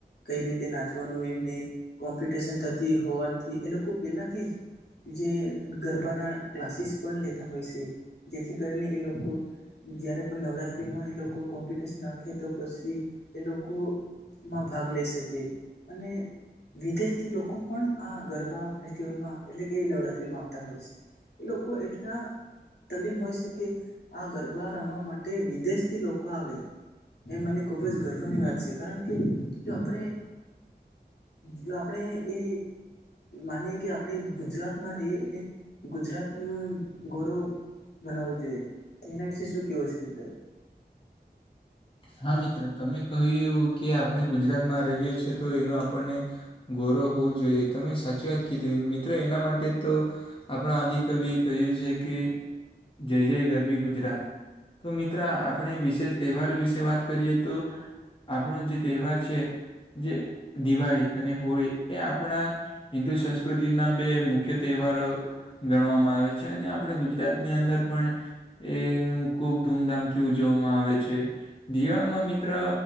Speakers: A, on the left (about 75°); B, on the left (about 30°).
A: કઈ રીતે નાચવાનું એમને કોમ્પિટશન થતી હોવાથી એ લોકો પેલાથી જ જે ગરબાના ક્લાસીસ પણ લેતા હોય છે, જેથી કરીને એ લોકો જય્યારે પણ નવરાત્રિમાં એ લોકો કોમ્પિટિશન રાખે તો પછી એ લોકો માં ભાગ લઈ શકે અને વિદેશથી લોકો પણ આ ગરબા ફેસ્ટિવલમાં એટલે કે નવરાત્રીમાં આવતા હોય છે, એ લોકો એટલા તલીન હોય છે, કે આ ગરબા રમવા માટે વિદેશથી લોકો આવે. એ મને ખૂબ જ ગર્વની વાત છે, કારણ કે જો આપણે. જો આપણે એ માનીએ કે આપણે ગુજરાતમાં રહીએ અને ગુજરાતનું ગૌરવ. મનાવવું જોઈએ તો એના વિશે શું કેવો છે, મીટર.
B: હા મિત્રો તમે કહ્યું એવું કે આપણે ગુજરાતમાં રહીએ છીએ તો એનો આપણને. ગૌરવ હોવું જોઈએ તમે સાચી વાત કીધી મિત્રો એના માટે તો. આપણા આદિકવિએ કહ્યું છે, કે. જય જય ગરવી ગુજરાત તો મિત્ર આપણે વિશેષ તહેવારો વિશે. વાત કરીએ તો આપણો જે તહેવાર છે, જે. દિવાળી અને હોળી એ આપણા હિન્દુ સંસ્કૃતિના બે મુખ્ય તહેવારો. ગણવામાં આવે છે, અને આપણે ગુજરાતની અંદર પણ. એનું ખૂબ ધૂમધામથી ઉજવવામાં આવે છે. દીવામાં મિત્ર